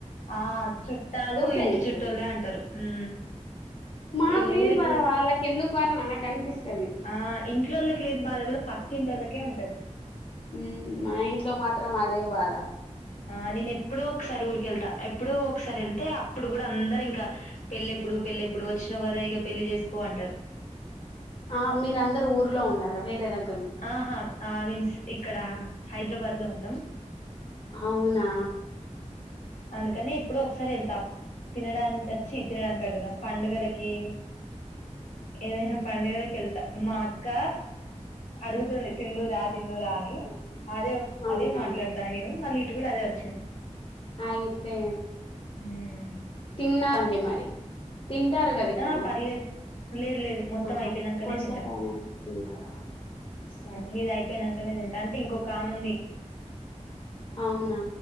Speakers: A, on the left (about 80°); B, on the left (about 45°).
A: ఆ చుట్టాలు
B: పెళ్ళెప్పుడు
A: ఇంటి చుట్టూలేే అంటారు ఊ
B: మాకు
A: నేను
B: లేని
A: ఊరికి
B: బాధ
A: పోయి
B: వాళ్ళకి ఎందుకు అని నాకు అనిపిస్తది
A: ఆ ఇంట్లోలకి లేని బాధ కూడా పక్క కింటోళకే ఉంటది
B: ఊ మా ఇంట్లో మాత్రం అదే బాధ
A: ఆ నేన ఎప్పుడో ఒకసారి ఊరికెళ్తా ఎప్పుడో ఒకసారి వెళ్తే అప్పుడు కూడా అందరు ఇంకా పెళ్ళెప్పుడు పెళ్ళెప్పుడు వచ్చినో కదా ఇగ పెళ్ళి చేసుకో అంటరు
B: ఆ మీరందరుూ ఊర్లో ఉండారా వేరే దగ్గ
A: ఆహా ఆ <unintelligible> ఇక్కడ హైదరాబాద్లో ఉంటాం
B: అవునా
A: అందుకనే ఎప్పుడో ఒకసారి వెళ్తా ము తినడానికి వచ్చి తినడానికనుటున్న పండుగలకి ఏదైనా పడుగలకి వెళ్తా మా అక్క అడుగుతుంది తిందుూరా తిందుూరా అని అదే
B: అవునా
A: అదే మాట్లాడతాను నేను మళ్ళీ టుడా అదే వచ్చింది
B: అయితే
A: ఉమ్.
B: తిన్నా బండే మరి తింటారు కదా ఇప్పుడు
A: ఆ పర్లేదు లేదు లేదు మొత్తం
B: ఆహా
A: అయిపోయినాకనే
B: కొద్దిసేపు
A: తింటా
B: అయినాక తింటారా సరే
A: మీది అయిపోయినాకనే తింటా అంటే ఇంకొక కామ్ ఉంది
B: అవునా